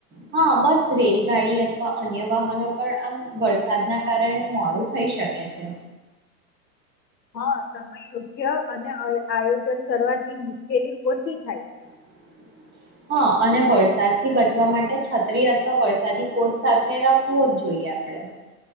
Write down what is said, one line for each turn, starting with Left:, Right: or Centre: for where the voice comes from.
Right: હા બસ રેલગાડી અથવા અન્ય વાહનો પણ આમ વરસાદના કારણે મોડું. થઈ શકે છે.
Left: હા સમય યોગ્ય અને <unintelligible> આયોજન કરવાથી મુશ્કેલી ઓછી થાય.
Right: <unintelligible> હા અને વરસાદથી બચવા માટે છત્રી અથવા વરસાદી કોટ સાથે રાખવો જ જોઈએ. આપડે.